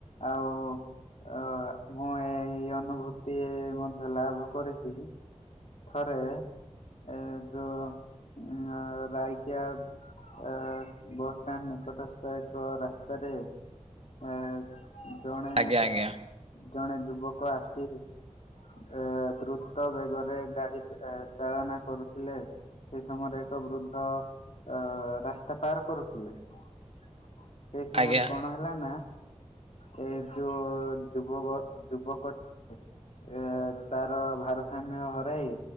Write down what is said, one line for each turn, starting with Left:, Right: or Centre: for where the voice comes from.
Left: ଆଉ ଅ ମୁଁ ଏଇ ଅନୁଭୂତି ମଧ୍ୟ ଲାଭ କରିଛି ଥରେ ଏ ଯୋଉ ଉ ରାଇକିଆ ଅ ବସଷ୍ଟାଣ୍ଡ ନିକଟସ୍ଥ ଏକ ରାସ୍ତାରେ ଆ-ଆ-ଆ ଜଣେ
Right: ଆଜ୍ଞା ଆଜ୍ଞା।
Left: ଜଣେ ଯୁବକ ଆସି ଏ-ଏ-ଏ ଦ୍ରୁତ ବେଗରେ ଗାଡି ଏ ଚାଳନା କରୁଥିଲେ ସେଇ ସମୟରେ ଏକ ବୃଦ୍ଧ-ଅ ଅ-ଅ-ଅ ରାସ୍ତା ପାର କରୁଥିଲେ ସେଇ ସମୟରେ
Right: ଆଜ୍ଞା।
Left: କଣ ହେଲା ନା ଏ ଯୋ-ଓ-ଓ ଯୁବକ ଯୁବକ ଏ-ଏ-ଏ ତାର ଭାରସାମ୍ୟ ହ ହରାଇ